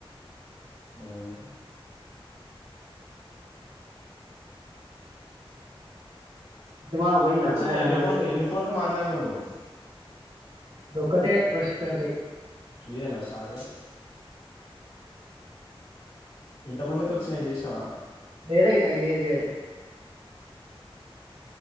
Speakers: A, on the left; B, on the right.
A: ఉమ్,
B: అ ఇటు మామ పోయిండా
A: వచ్చిన
B: ప
A: ఎన్ని
B: మరి
A: ఫోన్లు
B: సీన్
A: ఎన్ని ఫోన్లు మాట్లాడినవ్ నువ్వు
B: దొక్కటే ఫస్ట్ స్టాటింగ్
A: ఇదేనా స్టాటిన్గ్ ఇంత ముందుకు వచ్చినయి జేసినవా
B: జేయలే ఇగ ఏది జేయలే